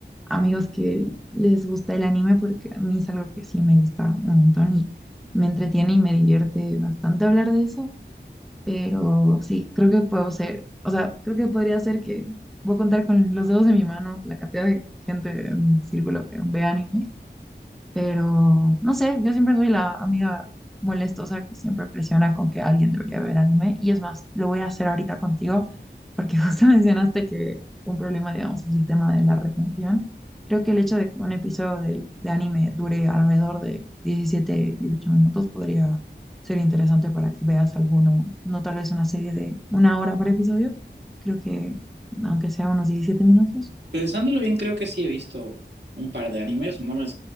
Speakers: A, in the centre; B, on the right.
A: amigos que les gusta el anime, porque a mí es algo que sí me gusta un montón y me entretiene y me divierte bastante hablar de eso. Pero sí, creo que puedo ser, o sea, creo que podría ser que voy a contar con los dedos de mi mano la cantidad de gente de mi círculo que ve anime. Pero no sé, yo siempre soy la amiga molestosa que siempre presiona con que alguien debería ver anime. Y es más, lo voy a hacer ahorita contigo, porque <laughs> justo mencionaste que un problema, digamos, es el tema de la retención. Creo que el hecho de que un episodio de, de anime dure alrededor de 17 18 minutos podría ser interesante para que veas alguno, no tal vez una serie de una hora por episodio. Creo que, aunque sea unos 17 minutos,
B: Pensándolo bien, creo que sí he visto un par de animes. No me,